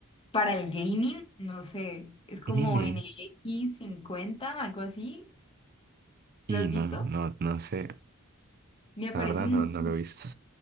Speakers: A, on the left; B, on the right.
A: para el gaming, no sé, es como
B: N,
A: N X cincuenta, algo así.
B: y
A: ¿Lo has
B: no,
A: visto?
B: no, no sé,
A: Me aparece
B: la verdad
A: mucho.
B: no, no lo he visto.